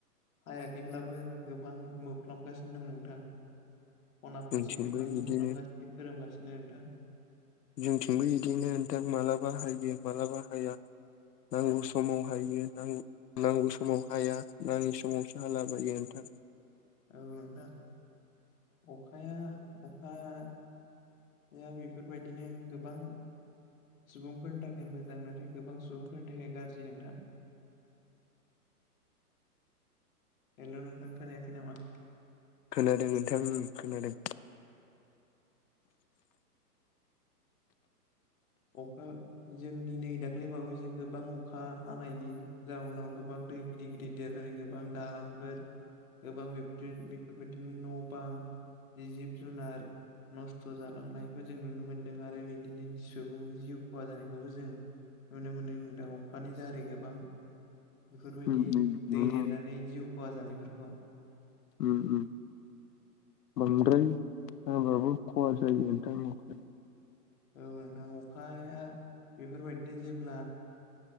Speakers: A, on the left; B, on the left.
A: हायाखैब्लाबो गोबां मोबफ्लाबगासिनो दं नोंथां। खना फारसे
B: जोंथिंबो
A: गोबां मुफ्लोमगासिनो
B: बिदिनो
A: खोरोमगासिनो नोंथां।
B: जोंथिंबो बिदिनो नोंथां मालाबा हायो मालाबा हाया। नांगौ समाव हायो नांगौ समाव हाया नाङि समावसो हालाबायो नोंथां। <inaudible>
A: औ नोंथां अखाया अखाया दा बेफोरबायदिनो गोबां सुबुंफोरनि थाखाय मोजां नाथाय गोबां सुबुंफोरनि थाखाय गाज्रि नोंथां।
B: <inaudible>
A: हेल' नोंथां खोनायाखै नामा?
B: खोनादों नोंथांनि खोनादों।
A: अखा जोंनि नै दाख्लै बावै गोबां अखा हानायनि जाउनाव गोबां दै गिदिर गिदिर देरनानै गोबां दालांफोर गोबां बेफोर बेफोरबायदिनो न' बां जिब जुनार नस्थ' जालांनायखौ जों नुनो मोनदों आरो बिदिनो सुबुंनि जिउ खहा जानायखौबो जों नुनो मोनो नोंदां अखानि जारै गोबां बेफोरबायदि
B: उम उम नुनो
A: दै देरनानै जिउ खहा जानायफोरखौ
B: उम उम बांद्राय हाबाबो खहा जायो दख
A: औ नोंथां अखाया बेफोरबायदिनो जेब्ला